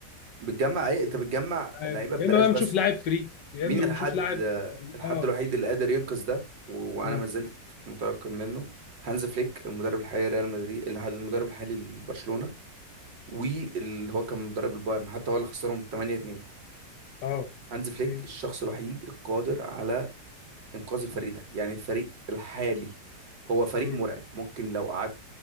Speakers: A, on the right (about 85°); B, on the left (about 75°).
A: بتجمع ايه انت بتجمع
B: أيوة.
A: لعيبة ببلاش
B: يا اما بقى
A: بس
B: بنشوف لاعب فري يا
A: مين
B: اما بنشوف
A: الحد
B: لاعب
A: الحد
B: اه
A: الوحيد اللي قادر ينقذ ده و- وانا
B: مم.
A: ما زلت متيقن منه هانز فليك المدرب الحالي لريال مدريد الح- المدرب الحالي لبرشلونة واللي هو كان مدرب البايرن حتى هو اللي خسرهم 8 2
B: اه
A: هانز فليك
B: مم.
A: الشخص الوحيد القادر على انقاذ الفريق ده يعني الفريق الحالي هو فريق
B: مم.
A: مرعب ممكن لو قعدت